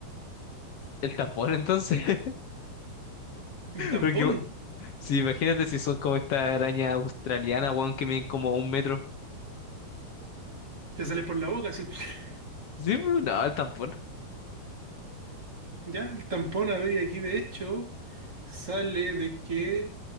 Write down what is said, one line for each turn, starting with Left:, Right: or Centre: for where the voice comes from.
Left: el tampón, entonces. <laughs>
Right: Un tampón.
Left: Porque, si imagínate si son como esta araña australiana, weón, que miden como un metro.
Right: Te sale por la boca, así. <laughs>
Left: Sí, pues, no, el tampón.
Right: Ya, el tampón, a ver, y aquí de hecho sale de que